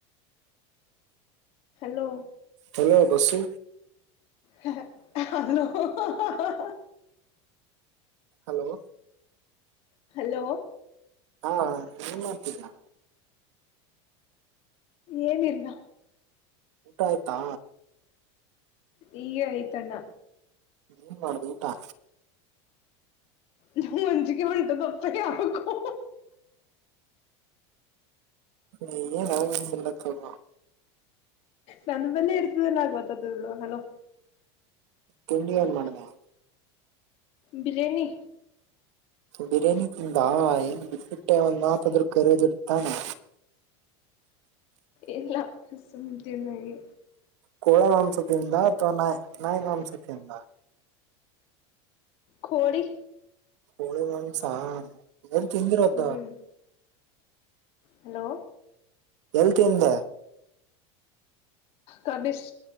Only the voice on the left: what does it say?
ಹೆಲೋ.
ಹೆ ಹೆ ಹ ಹಲೋ ಹ ಹ ಹಾ ಹಾ
ಹೆಲೋ.
ಏನಿಲ್ಲ.
ಈಗೆ ಆಯ್ತಣ್ಣ.
ನಂಗ್ ಅಂಜಿಕಿ ಹೊಂಟುದ ಅಪ್ಪಾ ಯಾಕೋ.
ನನ್ ಬಲ್ಲೆ ಇರ್ತುದ ಅಲಾ ಗೊತ್ತಾತುದ್ ಬಿಡೋ ಹಲೋ.
ಬಿರೇಣಿ
ಇಲ್ಲಾ ಸುಮ್ ತಿಂದ ಹಂಗೆ.
ಕೋಳಿ.
ಹ್ಮ್ ಹಲೋ
ಕಬಿಷ್